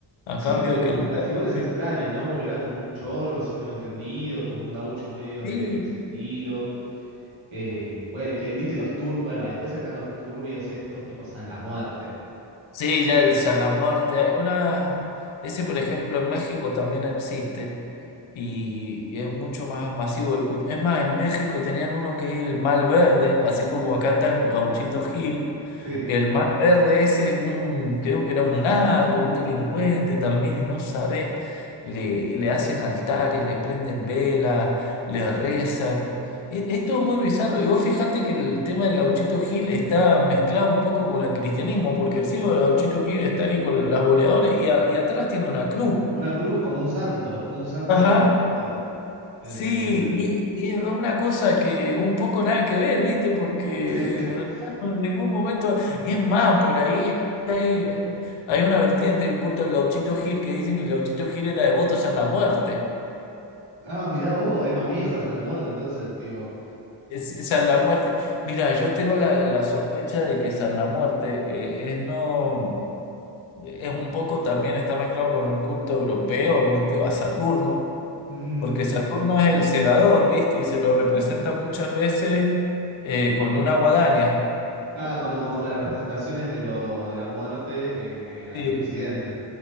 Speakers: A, on the left; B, on the right.
A: A
B: Sí,
A: cambio
B: como que
A: de que les
B: la
A: hagan
B: figura es extraña, ¿no? Porque era como un chorro, si tengo entendido, como un gaucho medio
A: Sí,
B: de, de ese estilo. Eh, bueno, el, que- el- viste los tur, bueno, después están los turbios estos, tipo San la Muerte.
A: Sí, ya el muerte Hay una. Ese, por ejemplo, en México también existe. Y, y es mucho más masivo el culto. Es más, en México tenían uno que es el mal verde, así como acá está el Gauchito Gil.
B: Sí.
A: El mal verde ese es un, creo que era un narco, un delincuente también, no sabés. Le, le hacen altares, le prenden velas, le rezan. E- Esto es muy bizarro. Y vos fijate que el tema del Gauchito Gil está mezclado un poco con el cristianismo, porque el símbolo del Gauchito Gil está ahí con las boleadoras y, a- y atrás tiene una cruz.
B: Una cruz, como un santo, es como un santo
A: Ajá.
B: no reconocido en
A: Sí,
B: ese sentido.
A: y, y es una cosa que un poco nada que ver, ¿viste? Porque
B: <laughs>
A: en realidad no- en ningún momento es más por ahí. Hay, hay una vertiente del culto del Gauchito Gil que dicen que el Gauchito Gil era devoto a la muerte.
B: Ah, mirá vos, es más viejo de la Muerte, entonces, tipo.
A: Es, es San La Muerte. Mira, yo tengo la, la sospecha de que San La Muerte eh, es no es un poco también está mezclado con un culto europeo, un culto a Saturno,
B: mm,
A: porque Saturno es el segador, ¿viste? Y se lo representa muchas veces eh, con una guadaña.
B: ah, como, como las representaciones de lo, de la muerte en, eh,
A: Sí,
B: en Occidente.